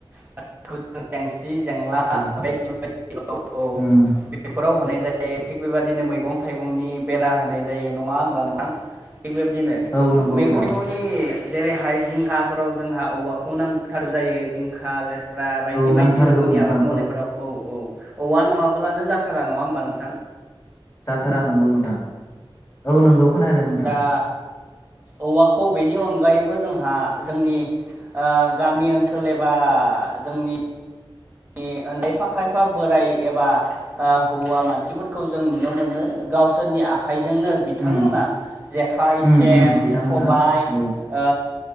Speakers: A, on the right; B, on the left.
A: <unintelligible> जेंसि जेंला
B: औ
A: बायदि बायदि औ औ
B: उम
A: बेफोराव होनाय जायो थिग बेबायदिनो मैगं थाइगंनि बेरा होनाय जायो नङा होमबा नङा थिग बेबदिनो
B: औ नंगौ
A: मैगं
B: नोंथां
A: थगंनि जेरैहाय जिंखाफोराव जोंहा औवाखौ नांथारौ जायो जिंखा लेस ब्रा बायदि
B: औ नांथारगौ
A: बायदि रोखोमनि
B: नोंथां
A: आबाद मावनायफोराव औ औ औवा नङाब्लानो जाथारा नङा होमबा नों
B: जाथारा नंगौ नोंथां औ नंगौ खोनदो नोंथां
A: दा औवाखौ बेनि अनगायैबो जोंहा जोंनि ओ गामि ओनसोल एबा जोंनि जोंनि खायफा खायफा बोराय एबा हौवा मानसिफोरखौ जों नुनो मोनो गावसोरनि आखाइ आखाइजोंनो बिथांमोना
B: उम
A: जेखाइ
B: उम
A: सेन
B: उम बिथांमोना
A: खबाय ओ
B: औ
A: ओ